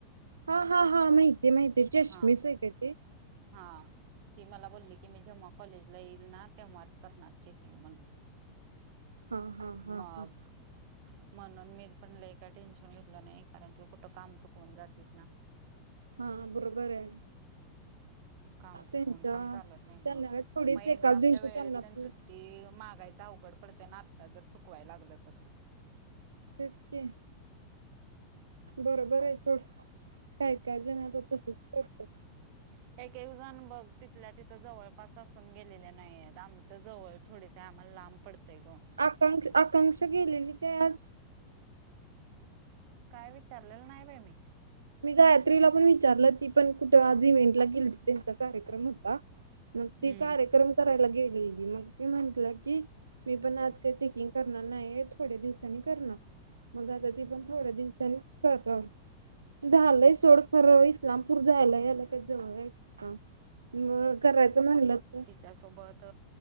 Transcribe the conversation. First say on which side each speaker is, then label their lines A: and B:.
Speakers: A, on the right; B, on the right.
A: हा हा हा माहितीय माहितीय चष्मीश
B: हा
A: आहे काय ते
B: हा ती मला बोलली की मी जेव्हा कॉलेजला येईल ना तेव्हाच करणार चेकिंग म्हणून
A: हा हा हा
B: मग
A: हा
B: म्हणून मी पण ल काय टेन्शन घेतलं नाही कारण की कुठं काम चुकवून जातेस ना
A: हा बरोबर आहे
B: काम चुकन
A: त्यांच्या
B: पण चालत नाही ग
A: त्यांना काय थोडीच
B: मग एक्झाम
A: एकाच दिवशी
B: च्या वेळेस
A: त्यांना
B: ते
A: पण
B: सुट ती मागायच अवघड पडतय ना आत्ता जर चुकवायला लागलं तर
A: तेच की बरोबर आहे सोड काय काय जण आता तसच करत
B: ह <unintelligible> एक एक जण बघ तिथल्या तिथं जवळपास असून गेलेल्या नाही आहेत आमच जवळ थोडीच आहे आम्हाला लांब पडतेय गो
A: आकांक्ष आकांक्षा गेलेली ते आज
B: काय विचारलेलं नाही बा मी
A: मी गायत्रीला पण विचारलं ती पण कुठं आज इव्हेंटला गिलती तिथं कार्यक्रम होता मग
B: हम्म
A: ती कार्यक्रम करायला गेलेली मग ती म्हंटलं की मी पण आज काय चेकिंग करणार नाही थोड्या दिवसांनी करणार मग आता ती पण थोड्या दिवसाांनी कर झालंय सोड फर इस्लामपूर जायला याला का जवळ आहे का मग करायचं म्हणलं
B: त्यासोबत